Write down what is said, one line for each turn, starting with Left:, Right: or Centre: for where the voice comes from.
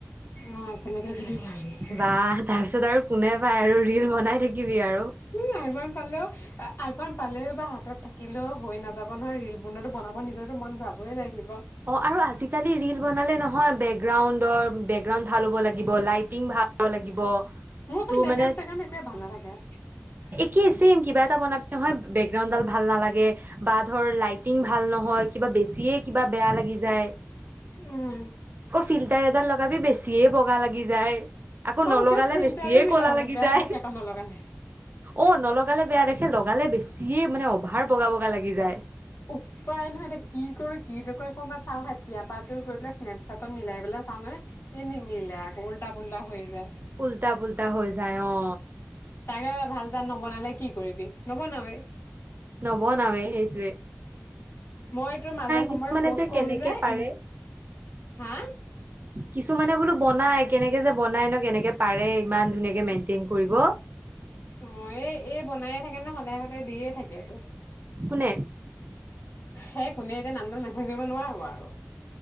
Left: অ আইফোনকে কিনিম ভাবিছো
Right: বাহ তাৰপিছত আৰু কোনে পায় আৰু। ৰিল বনাই থাকিবি আৰু
Left: উম আইফোন পালেও, আইফোন। পালেও বা হাতত থাকিলেও হৈ নাযাব নহয় ৰীল বনোৱাতো, বনাব নিজৰটো মন যাবই লাগিব!
Right: অ' আৰু আজিকালি ৰীল বনালে নহয়, বেকগ্ৰাউণ্ডৰ, বেকগ্ৰাউণ্ড ভাল হ'ব লাগিব। লাইটিং ভাল হ'ব লাগিব।
Left: মোৰচোন
Right: তোৰ
Left: বেকগ্ৰাউণ্ড-চেগগ্ৰাউণ্ড
Right: মানে
Left: একোৱে ভাল নাথাকে।
Right: কি চেম কিবা এটা বনাবি। নহয় বেকগ্ৰাউণ্ডডাল ভাল নালাগে। বা ধৰ লাইট এক্টিং ভাল নহয় কিবা বেছিয়ে কিবা বেয়া লাগি যায়
Left: উম
Right: ফ তেলএডাল লগাবি বেছিয়ে বগা লাগি যায় আকৌ
Left: অ
Right: নলগালে
Left: কিবা ফিল্টাৰো
Right: বেছিয়ে
Left: মিলাব
Right: কলা লাগি
Left: নোৱাৰে বেয়া
Right: যায়
Left: দেখে আকৌ নলগালে
Right: অ নলগালে বেয়া দেখে সে লগালে বেছিয়ে মানে অভাৰ বগা বগা লাগি যায়
Left: উপায় নহয় এটা কি কৰো কি নকৰো আকৌ চাও এতিয়া পা টো গৈ পেলাই স্নেপচাটত মিলাই পেলাই চাও হে এ নিমিলে আকৌ উল্টা পুল্টা হৈ যায়
Right: উল্টা পুল্টা হৈ যায় অ
Left: তাকে ভাল জাত নবনালে কি কৰিবি নব নাওৱেই
Right: নবনাওয়ে সেইটোয়ে
Left: মই তোৰ মাজে সময়ে
Right: কিছুমানে
Left: পোষ্ট কৰো
Right: কেনেকে
Left: যে
Right: পাৰে
Left: ইনচ হা
Right: কিছুমানে বোলো বনাই কেনেকে যে বনাই ন কেনেকে পাৰে ইমান ধুনীয়াকে মেইনটেইন কৰিব
Left: অ এই এই বনাইে থাকে ন স তাহাঁতে দিয়ে থাকেতো
Right: কোনে
Left: সেই কোনে এতিয়া নাম ডাল মেচেজ দিব নোৱাৰো আৰু